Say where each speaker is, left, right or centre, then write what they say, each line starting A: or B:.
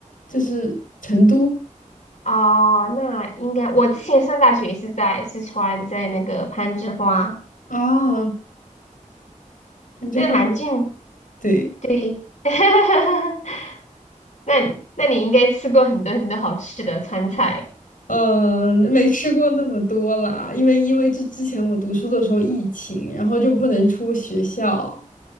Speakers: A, on the left; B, on the left.
A: 就是成都
B: 哦，那应该我之前上大学是在四川，在那个攀枝花，
A: 啊。哦山之花舞，
B: 对，蛮近，
A: 对，
B: 对。<laughs> 那你那你应该吃过很多很多好吃的川菜。
A: 呃，没吃过那么多啦，因为因为这之前我读书的时候疫情，然后就不能出学校。